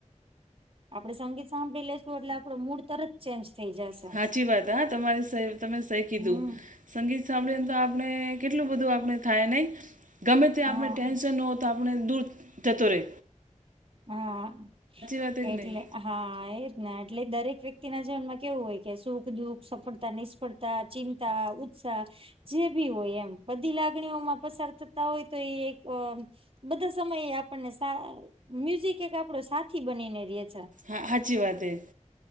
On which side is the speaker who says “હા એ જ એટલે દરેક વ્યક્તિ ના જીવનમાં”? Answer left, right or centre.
Right